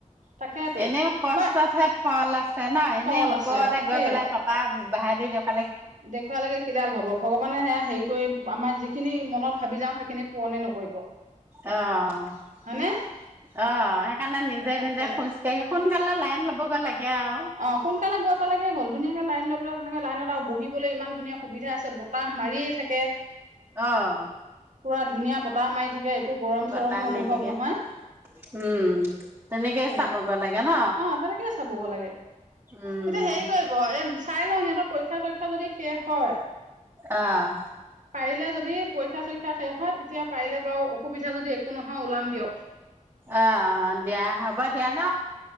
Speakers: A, on the right; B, on the right.
A: তাকেতো
B: এনেও কষ্টতহে
A: বা
B: ফল আছে। <unintelligible>
A: ফল
B: এনেই ওপৰতে
A: আছে তাকে
B: গৈ পেলাই টকা বাহ দিয়ক
A: দেখুৱালৈকে কিডাল হ'ব। ভগৱানে সেয়া হেৰি কৰি আমাৰ যিখিনি মনত ভাবি যাওঁ সেইখিনি পূৰণেই নকৰিব।
B: অ-অ
A: হয়নে
B: সেইকাৰণে নিজে-নিজে
A: তাকে
B: খোজকাঢ়ি শুন গাল লাইন ল'ব গ লাগে। আৰু
A: অ' সোনকালে গৈ পালে হ'ল ধুনীয়াকে লাইন লৈ পেলাই তেকে লাইনত আৰু বহিবলৈ ইমান ধুনীয়া সুবিধা আছে বতাহ মাৰিয়ে থাকে।
B: অ',
A: পুৰা ধুনীয়া বতাহ মাৰি থাক একে গৰম
B: বতাহ
A: চৰমো অনুভৱ
B: মাৰি থাকে
A: নহয়।
B: উম তেনেকেই
A: সেয়া
B: চাবগৈ
A: অ'
B: লাগে ন
A: তেনেকে চাব গ লাগে। এতিয়া
B: উম
A: হেৰি কৰিব এই চাই লওঁ সিহঁতৰ পৰীক্ষা-চৰীক্ষা যদি শেষ হয়,
B: আহ,
A: পাৰিলে যদি পৰীক্ষা-চৰীক্ষা শেষ হয়। তেতিয়া পাৰিলে বাৰু অসুবিধা যদি একো নহয় ওলাম দিয়ক।
B: অ', দিয়া হ'বা দিয়া ন।